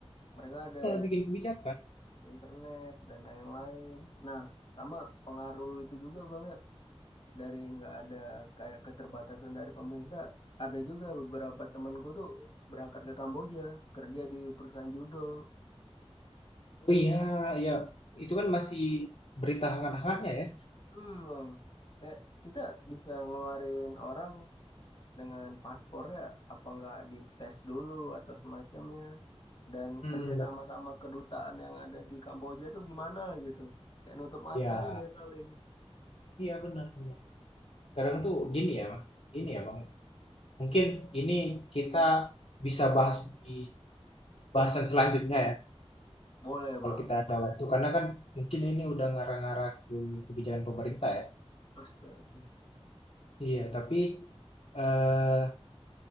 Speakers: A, on the left; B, on the left.
A: Mereka ada
B: ya, bikin kebijakan
A: internet dan lain-lain. Nah, sama pengaruh itu juga bang ya dari nggak ada kayak keterbatasan dari pemerintah. Ada juga beberapa temanku tuh berangkat ke Kamboja kerja di perusahaan judol.
B: Oh iya, ya Itu kan masih berita hangat-hangatnya ya.
A: Hmm, bang. Kayak kita bisa ngeluarin orang dengan paspornya apa nggak dites dulu atau semacamnya dan
B: Hmm,
A: kerja
B: ben-
A: sama-sama kedutaan yang ada di Kamboja tuh gimana gitu kayak nutup mata
B: iya.
A: aja saling
B: Iya benar benar. Kadang tuh gini ya, Bang. Gini ya, Bang. Mungkin ini kita bisa bahas di di bahasan selanjutnya ya.
A: boleh
B: Kalau
A: bang
B: kita ada waktu, karena kan mungkin ini udah ngarah-ngarah ke kebijakan pemerintah ya.
A: Astaga.
B: Iya, tapi eh,